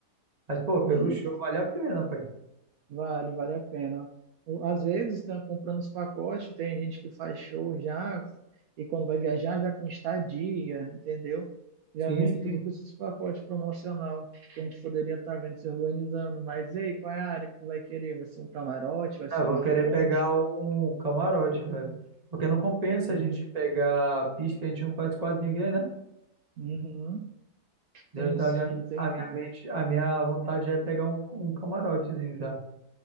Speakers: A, on the right; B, on the right.
A: Mas, pô, pelo
B: Hum.
A: show vale a pena, pai.
B: Vale, vale a pena. Eu, Às vezes, estão comprando os pacotes, tem gente que faz show já, e quando vai viajar, já com estadia, entendeu? Já
A: Sim,
B: vem
A: sim.
B: tudo com esses pacotes promocional que a gente poderia estar vendo se organizando. Mas e aí, qual é a área que tu vai querer? Vai ser um camarote? Vai
A: Ah,
B: ser
A: vou
B: uma
A: querer
B: fronte?
A: pegar um camarote, velho. Porque não compensa
B: Uhum.
A: a gente pegar pista que a gente não conhece quase ninguém, né?
B: Uhum.
A: Entendeu?
B: Sim,
A: Então,
B: sim,
A: a minha,
B: entendi.
A: a minha mente, a minha vontade é pegar um, um camarotezinho já.